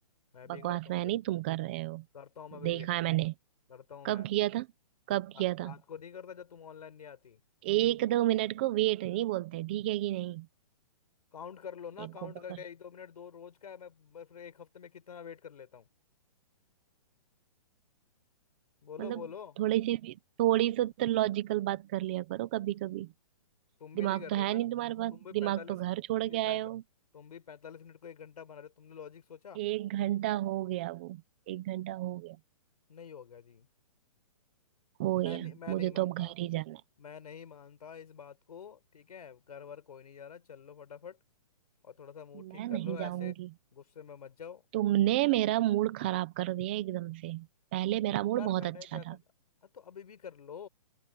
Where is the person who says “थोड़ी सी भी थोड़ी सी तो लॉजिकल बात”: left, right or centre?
Right